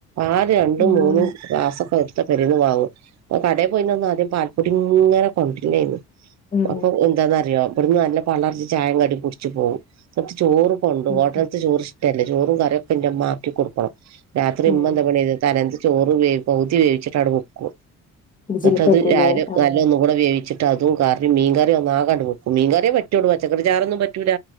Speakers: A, on the right (about 50°); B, on the left (about 25°).
A: ആറ് രണ്ടും
B: ഉം
A: മൂന്നും ക്ലാസ്സൊക്കെ വരും ഇപ്പൊ പെരെന്ന് വാങ്ങും കടയിൽ പോയിന്നൊന്നും ആദ്യം പാൽപ്പൊടി ഇങ്ങനെ കൊണ്ടരുവാരുന്നു
B: ഉം
A: അപ്പൊ എന്താന്നറിയോ അവിടന്ന് നല്ല പള്ളർച്ച് ചായ കടി കുടിച്ചു പോകും ചിലപ്പം ചോറും കൊണ്ട്പോകും
B: ഉം
A: ഹോട്ടലത്ത് ചോറ് ഇഷ്ടല്ല ചോറും കറൊക്കെ ഇമ്മആക്കി കൊടുക്കണം രാത്രി ഇമ്മ
B: ഉം
A: എന്താ പണി ചെയ്ത് തലേ ദിവസ ചോറ് വേവും പകുതി വേവിച്ചിട്ട് അവി വെക്കും
B: ഇതില്
A: എന്നിട്ടത്
B: പറ്റൂല
A: രാവിലെ
B: ആഹ്
A: നല്ല ഒന്ന് കൂടെ വേവിച്ച അതും കാരണം മീൻകറിയ ഒന്ന ആകാണ്ട് വെക്കും മീൻകറിയ പറ്റോള്ളൂ പച്ചക്കറി ചാറൊന്നും പറ്റൂല